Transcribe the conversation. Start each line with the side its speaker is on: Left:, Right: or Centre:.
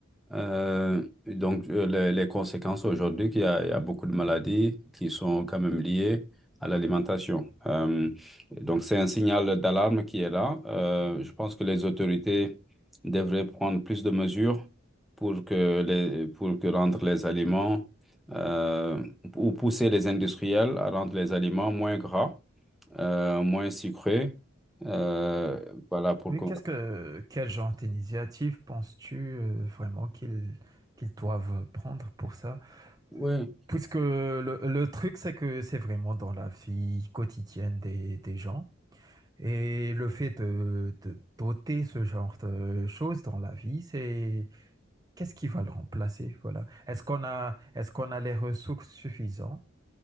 Centre: Euh, donc, euh, les, les conséquences aujourd'hui, qu'il y a, il y a beaucoup de maladies qui sont quand même liées à l'alimentation. Euh, donc, c'est un signal d'alarme qui est là. Euh, je pense que les autorités devraient prendre plus de mesures pour que les, pour que rendre les aliments euh, ou pousser les industriels à rendre les aliments moins gras, euh, moins sucrés. Euh, voilà, pour
Right: Mais
Centre: qu'on...
Right: qu'est-ce que, quel genre d'initiative penses-tu euh, vraiment qu'ils qu'ils doivent prendre pour ça?
Centre: Oui.
Right: Puisque le, le truc, c'est que c'est vraiment dans la vie quotidienne des, des gens. Et le fait de, de doter ce genre de choses dans la vie, c'est qu'est-ce qui va le remplacer? Voilà. Est-ce qu'on a, est-ce qu'on a les ressources suffisantes?